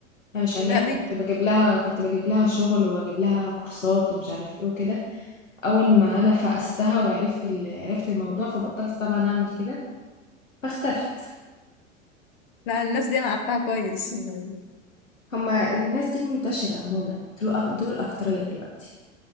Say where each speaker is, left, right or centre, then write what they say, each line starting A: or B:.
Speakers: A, on the left; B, on the left.
A: علشان
B: لا
A: يعني
B: دي
A: كنت بجيب لها كنت بجيب لها شغل واجيب لها كورسات ومش عارف ايه وكده اول ما انا فقستها وعرفت ال... عرفت الموضوع فبطلت طبعا اعمل كده فاختفت
B: لا الناس دي انا عارفاها كويس يعني.
A: هما الناس دي منتشره عموما دول أك... دول الاكتريه دلوقتي